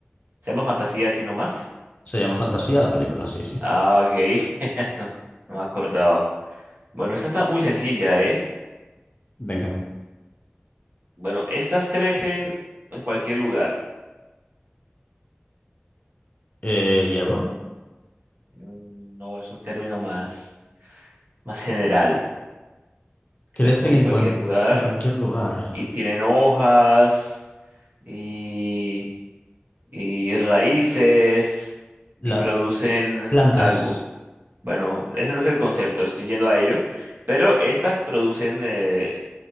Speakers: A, on the right; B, on the left.
A: se llama fantasía así nomás.
B: Se llama Fantasía la película, sí, sí.
A: Ah, ok, <laughs> no, no me acordaba. Bueno, esta está muy sencilla, ¿eh?
B: Venga.
A: Bueno, estas crecen en cualquier lugar.
B: Eh, hierba.
A: Mm, No es un término más, más general. Crecen
B: Crecen
A: en
B: en,
A: cualquier
B: cuan-
A: lugar
B: en cualquier lugar.
A: y tienen hojas y, y raíces
B: Las
A: y producen
B: plantas,
A: algo. Bueno, ese no es el concepto, estoy yendo a ello. Pero estas producen eh,